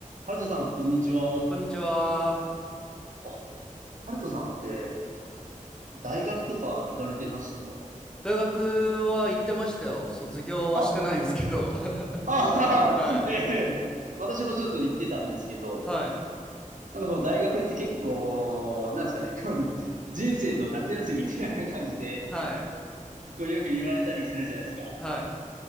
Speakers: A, on the right; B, in the centre.
A: ハルトさん、こんにちは。
B: こんにちは。
A: あ、ハルトさんって、大学とか行かれてました
B: 大学は行ってましたよ。卒業はしてないんですけど。
A: あ、
B: <laughs> は
A: ああ <laughs>
B: い。
A: ええ、私もちょっと行ってたんですけど、
B: はい。
A: なんかこう、大学って結構、なんですかね、<laughs> 人生の夏休みみたいな感じで、
B: はい。
A: こう、よく言われたりするじゃないですか。
B: はい。